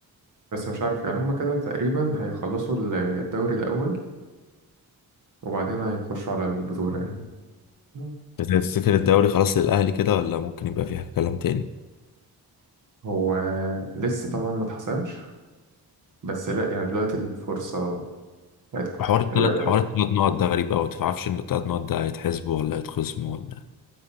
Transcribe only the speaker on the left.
تفتكر الدوري خلاص للاهلي كده ولا ممكن يبقى فيها كلام تاني
حوار
التلات
حوار التلات نقط ده غريب أوي متعرفش إن التلات نقط ده هيتحسبوا ولا هيتخصموا ولا